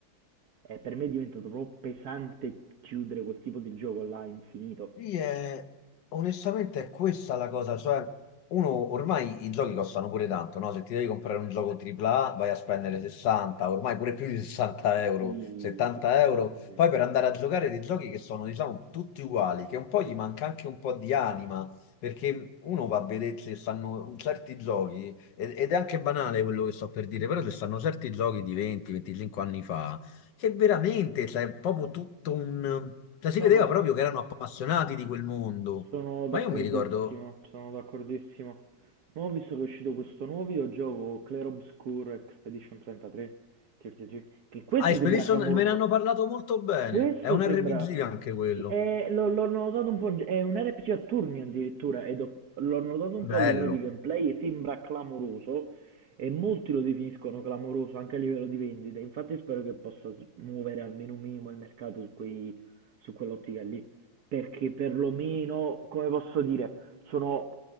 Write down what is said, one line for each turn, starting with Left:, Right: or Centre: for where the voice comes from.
Right: E per me è diventato troppo pesante chiudere quel tipo di gioco là infinito.
Left: Sì, è- onestamente è questa la cosa, cioè uno ormai i giochi costano pure tanto, no? Se ti devi comprare un gioco AAA vai a spendere 60, ormai pure più di 60
Right: Sì,
Left: euro, 70
Right: sì, sì,
Left: euro,
Right: sì, sì, sì.
Left: poi per andare a giocare dei giochi che sono diciamo tutti uguali, che un po'
Right: Sì.
Left: gli manca anche un po' di anima, perché uno va a vedere se stanno certi giochi, ed ed è anche banale quello che sto per dire, però se stanno certi giochi di 20-25 anni fa che veramente, cioè, è proprio tutto un... Cioè, si
Right: No,
Left: vedeva
Right: ma so-
Left: proprio che erano appassionati di quel mondo.
Right: Sono d'accordissimo,
Left: Ma io mi ricordo...
Right: sono d'accordissimo. Non ho visto che è uscito questo nuovo videogioco Clair Obscur Expedition 33, TRPG. Che questo
Left: Ah, Expedition
Right: sembra clamoroso.
Left: me ne hanno parlato molto bene.
Right: Questo
Left: È un
Right: sembra...
Left: RPG anche quello.
Right: sì, è- l'ho l'ho notato un po', in ge- è un RPG a turni addirittura, ed ho- l'ho notato un po'
Left: Bello.
Right: a livello di gameplay e sembra clamoroso, e molti lo definiscono clamoroso anche a livello di vendita, infatti spero che possa s- muovere almeno un minimo il mercato su quei, su quell'ottica lì, perché perlomeno, come posso dire sono...